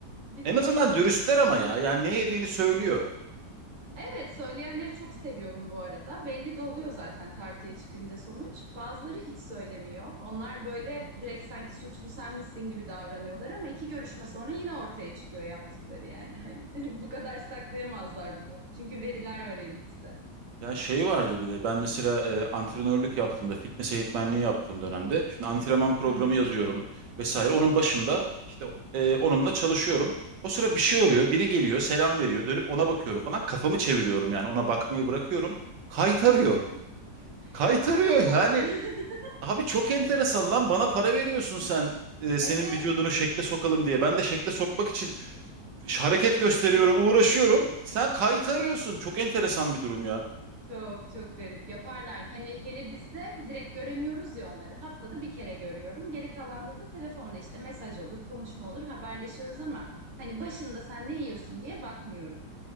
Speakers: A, on the right; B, on the right.
A: Bir
B: En
A: de
B: azından
A: en kötü...
B: dürüstler ama ya.
A: Heh,
B: Yani ne yediğini söylüyor.
A: Evet, söyleyenleri çok seviyorum bu arada. Belli de oluyor zaten tartıya çıkınca sonuç. Bazıları hiç söylemiyor. Onlar böyle direkt sanki suçlu sen misin gibi davranıyorlar ama iki görüşme sonra yine ortaya çıkıyor yaptıkları yani. Hani <laughs> bu kadar saklayamazlar bunu. Çünkü veriler var elimizde.
B: Ya şey vardı bir de ben mesela e, antrenörlük yaptığımda fitness eğitmenliği yaptığım dönemde şimdi antrenman programı
A: Hı hı.
B: yazıyorum vesaire onun başında işte e, onunla çalışıyorum. O sıra bir şey
A: Evet.
B: oluyor biri geliyor selam veriyor dönüp ona bakıyorum falan kafamı çeviriyorum yani ona bakmayı bırakıyorum kaytarıyor
A: Hı hı.
B: kaytarıyor
A: Aa yapar.
B: yani
A: <laughs>
B: abi çok enteresan lan bana para veriyorsun sen e, senin
A: Evet,
B: vücudunu şekle sokalım diye ben de şekle sokmak için hareket
A: uğraşıyorsun.
B: gösteriyorum uğraşıyorum sen kaytarıyorsun çok enteresan bir durum ya.
A: Çok çok garip yaparlar. Hani hele bizde direkt göremiyoruz ya onları. Haftada bir kere görüyorum. Geri kalanda da telefonda işte mesaj olur, konuşma olur, haberleşiyoruz ama hani başında sen ne yiyorsun diye bakmıyorum.